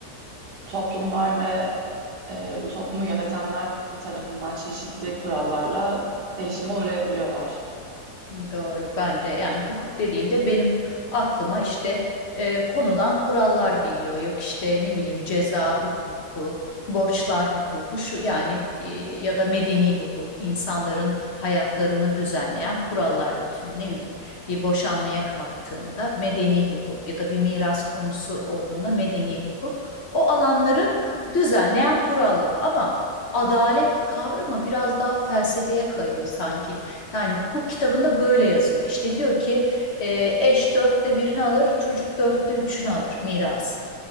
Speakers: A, on the right (about 85°); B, on the left (about 50°).
A: toplumlar ve e, bu toplumu yönetenler tarafından çeşitli kurallarla değişime uğrayabiliyorlar.
B: Doğru. Ben de yani hukuk dediğimde benim aklıma işte e, konulan kurallar geliyor. Yok işte ne bileyim ceza hukuku, borçlar hukuku şu yani e, ya da medeni hukuk, insanların hayatlarını düzenleyen kurallar bütün. Ne bileyim bir boşanmaya kalktığında medeni hukuk ya da bir miras konusu olduğunda medeni hukuk. O alanları düzenleyen kurallar. Ama adalet kavramı biraz daha felsefeye kayıyor sanki. Yani hukuk kitabında böyle yazıyor. İşte diyor ki e, eş dörtte birini alır, çocuk dörtte üçünü alır mirası.